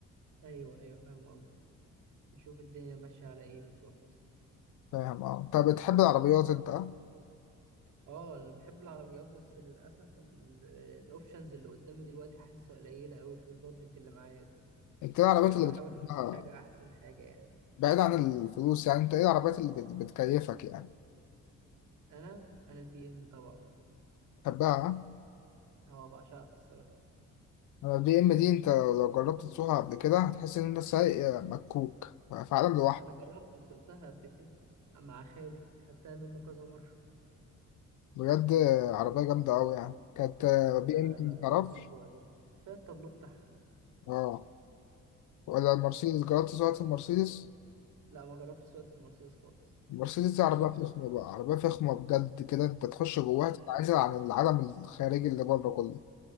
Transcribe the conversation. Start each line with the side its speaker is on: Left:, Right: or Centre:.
Right: ايوه ايوه فاهم قصدي نشوف الدنيا ماشيه على ايه بالظبط
Left: فاهم اه أنت بتحب العربيات أنت أه؟
Right: اه انا بحب العربيات بس للاسف الاوبشنز اللي قدامي دلوقتي حاسسها قليله قوي في البادجت اللي معايا دي
Left: أنت إيه العربيات
Right: فبحاول
Left: اللي بتحبها
Right: اجيب حاجه احسن حاجه يعني
Left: بعيد عن الفلوس يعني انت ايه العربيات اللي بت- بتكيفك يعني
Right: انا انا البي ام طبعا
Left: تحبها ها؟
Right: اه بعشقها الصراحه
Left: انا البي ام دي انت لو جربت تسوقها قبل كده هتحس ان انت سايق مكوك في عالم لوحده
Right: انا جربت وسقتها قبل كده مع خالي خدتها منه كذا مره <laughs>
Left: بجد عربية جامدة أوي يعني كانت
Right: لا
Left: بي ام
Right: لا
Left: دي
Right: لا
Left: متعرفش
Right: رهيب ولا فيها التابلو بتاعها
Left: اه ولا المرسيدس جربت سواقة المرسيدس
Right: لا ما جربتش سواقة المرسيدس خالص
Left: المرسيدس دي
Right: الصراحه
Left: عربية
Right: لا
Left: فخمة بقى عربية فخمة بجد كده انت تخش جواها
Right: مم.
Left: تتعزل عن العالم الخارجي اللي بره كله